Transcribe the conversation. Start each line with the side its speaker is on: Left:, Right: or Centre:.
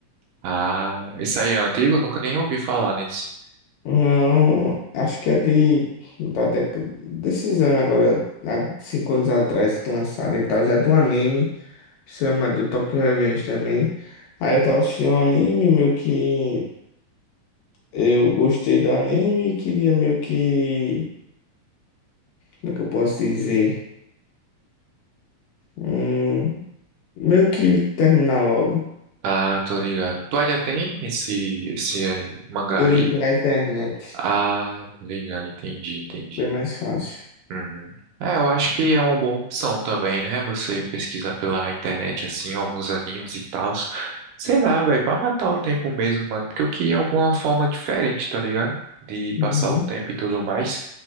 Right: Ah, isso aí é antigo? Eu Nunca nem ouvi falar nesse.
Left: Não, acho que é de, da década, desses anos agora, há cinco anos atrás que lançaram e tal, já é do anime. Chama do Tokyo Revenge também. Aí eu tava assistindo um anime, meio que eu gostei do anime e queria meio que. Como é que eu posso dizer? Hum, meio que terminar logo.
Right: Ah, tô ligado. Tu ainda tem esse, esse aí, mangá
Left: Eu
Right: aí?
Left: li pela internet.
Right: Ah, tô ligado, entendi, entendi.
Left: Bem mais fácil.
Right: Uhum. É, eu acho que é uma boa opção também, né? Você pesquisar pela internet, assim, alguns animes e tals. Sei lá, velho, pra matar o tempo mesmo, mano. Porque eu queria alguma forma diferente, tá ligado? De
Left: Uhum.
Right: passar o tempo e tudo mais.